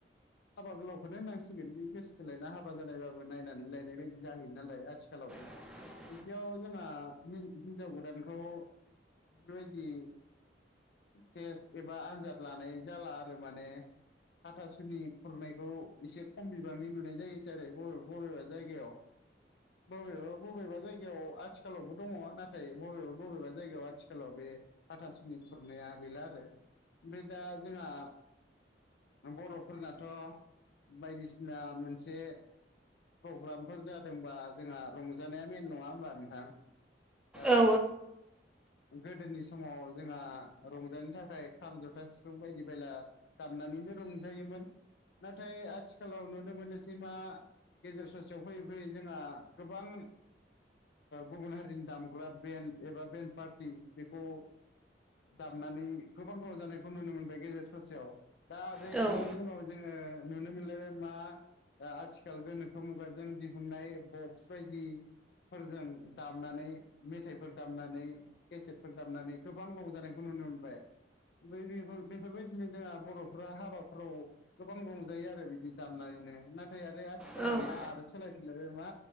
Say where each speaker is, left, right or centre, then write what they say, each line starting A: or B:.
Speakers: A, on the left; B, in the centre.
A: हाबा गोलावखौनो हाननांसिगोन बे गोसोथोलायना हाबा जानायबाबो नायनानै लायनाय बायदि जाहैयो नालाय आथिखालावबो।
B: <inaudible>
A: बिदियाव जोंहा हि-हिनजाव गोदानखौ बेबायदि टेस्ट एबा आनजाद लानाय जाला आरो माने हाथासुनि खुरनायखौ एसे खम बिबांनि नुनाय जायोसै आरोे बबेबा जायगायाव। बबेबा बबेबा जायगायाव आथिखालावबो दङ। नाथाय बबेबा बबेबा जायगायाव आथिखालाव बे हाथासनि खुरनाया गैला आरो ओमफ्राय दा जोंहा बर'फोरनाथ' बायदिसिना मोनसे प्रग्रामफोर जादोंबा जोंहा रंजानाया मेन नङा होमबा नोंथां? दा
B: औ
A: गोदोनि समाव जोंहा रंजानो थाखाय खाम जथा सिफुं बायदि बायला दामनानैनो रंजायोमोन नाथाय आथिखालाव नुनो मोनोसै मा गेजेर ससेयाव फैयै फैयै जोंहा गोबां गुबुन हारिनि दामग्रा बेन्ड एबा बेन्ड पार्टि बेखौ दामनानै गोबां रंजानायखौ नुनो मोनबाय गेजेर ससेयाव दा आरो
B: औ
A: बिनि
B: औ
A: उनाव जोङो नुनो मोनलायबाय मा दा आथिखाल गोनोखो मुगा जों दिहुननाय बक्स बायदि फोरजों दामनानै मेथाइफोर दामनानै केसेटफोर दामनानै गोबां रंजानायखौ नुनो मोनबाय। बै बेफोर बेफोरबायदिनो जोंहा बर'फ्रा हाबाफ्राव गोबां रंजायो आरो बिदि दामनानैनो नाथाय आरो आथिखालाव
B: औ
A: मा आरो सोलायफिनलायबाय मा